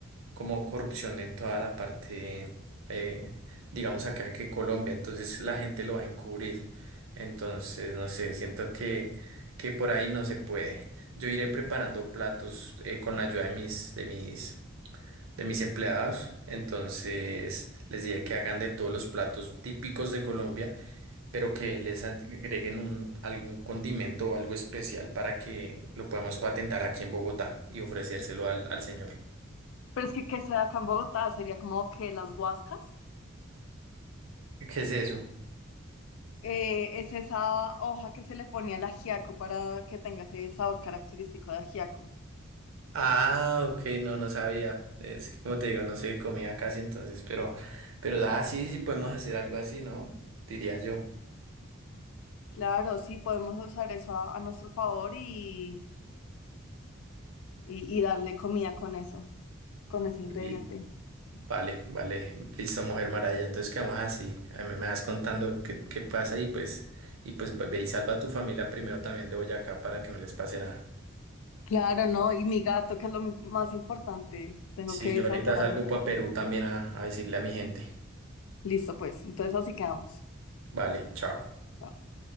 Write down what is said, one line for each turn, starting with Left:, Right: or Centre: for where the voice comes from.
Right: como corrupción en toda la parte, eh, digamos acá que Colombia, entonces la gente lo va a encubrir. Entonces, no sé, siento que, que por ahí no se puede. Yo iré preparando platos eh, con la ayuda de mis, de mis, de mis empleados. Entonces, les diré que hagan de todos los platos típicos de Colombia, pero que les agreguen un, algún condimento o algo especial para que lo podamos patentar aquí en Bogotá y ofrecérselo al, al señor.
Left: Pero es que que sea acá en Bogotá sería como que las guascas.
Right: ¿Qué es eso?
Left: eh, es esa hoja que se le pone al ajiaco para que tenga ese sabor característico de ajiaco.
Right: Ah, ok, no, no sabía. Es que como te digo, no se comía casi entonces, pero, pero ah, sí, sí podemos hacer algo así, ¿no? Diría yo.
Left: Claro, sí, podemos usar eso a, a nuestro favor y, y y darle comida con eso, con ese ingrediente.
Right: Y, vale, vale, listo, Mujer Maravilla. Entonces quedamos así. A mí me vas contando qué, qué pasa y pues, y pues ve ve y salva a tu familia primero también de Boyacá para que no les pase nada.
Left: Claro, no, y mi gato, que es lo más importante. Tengo
Right: Sí,
Left: que
Right: yo
Left: salvar
Right: ahorita salgo
Left: a mi gato.
Right: para Perú también a, a decirle a mi gente.
Left: Listo, pues. Entonces así quedamos.
Right: Vale, chao.
Left: Chao.